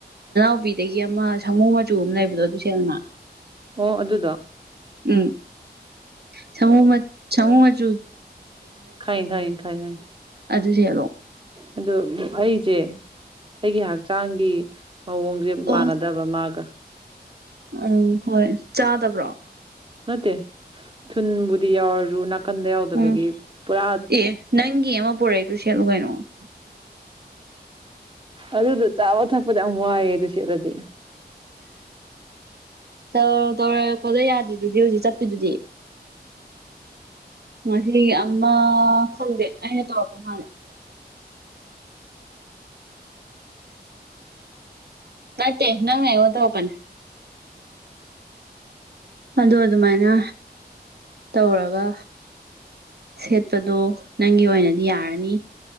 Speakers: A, on the right; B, on the right.
A: ꯀꯣꯕꯤꯗꯒꯤ ꯑꯃ ꯁꯥꯃꯨ ꯃꯆꯨ ꯑꯃ ꯂꯩꯕꯗꯣ ꯑꯗꯨ ꯁꯦꯡꯅ
B: ꯑꯣ ꯑꯗꯨꯗ
A: ꯎꯝ ꯁꯨ ꯁꯨ
B: ꯈꯥꯏ ꯈꯥꯏ ꯈꯥꯏ ꯍꯥꯏ
A: ꯑꯗꯨꯗ ꯆꯔꯣ
B: ꯑꯣ ꯑꯩꯁꯦ ꯑꯩꯒꯤ ꯍꯛꯆꯥꯡꯒꯤ ꯃꯑꯣꯡꯁꯦ
A: ꯑꯣ
B: ꯃꯥꯟꯅꯗꯕ ꯃꯥꯒ
A: ꯎꯝ ꯍꯣꯏ ꯆꯥꯗꯕ꯭ꯔꯣ
B: ꯃꯦ ꯊꯨꯟꯕꯨꯗꯤ ꯌꯥꯎꯔ ꯅ ꯀꯟꯗ ꯌꯥꯎꯗꯕꯒꯤ
A: ꯎꯝ
B: ꯄꯨꯔꯥ
A: ꯑꯦ ꯅꯪꯒꯤ ꯑꯃ ꯄꯨꯔꯛꯏꯗꯨ ꯁꯦꯠꯂꯨ ꯀꯩꯅꯣ
B: ꯑꯗꯨꯗꯣ ꯆꯥꯕ ꯊꯛꯄꯗ ꯌꯥꯝ ꯋꯥꯏꯑꯦ ꯑꯗꯨ ꯁꯠꯂꯗꯤ
A: ꯇꯧ ꯇꯧꯔꯄꯗ ꯌꯥꯗ꯭ꯔꯤꯗꯨꯗꯤ ꯍꯧꯖꯤꯛ ꯆꯠꯄꯤꯗꯨꯗꯤ ꯃꯍꯤ ꯑꯃ ꯈꯪꯗꯦ ꯑꯩꯅ ꯇꯧꯔꯛꯄ ꯃꯥꯜꯂꯦ ꯅꯠꯇꯦ ꯅꯪꯉ ꯇꯧꯄ ꯑꯗꯨ ꯑꯗꯨꯃꯥꯏꯅ ꯇꯧꯔꯒ ꯁꯦꯠꯄꯗꯣ ꯅꯪꯒꯤ ꯑꯣꯏꯅꯗꯤ ꯌꯥꯔꯅꯤ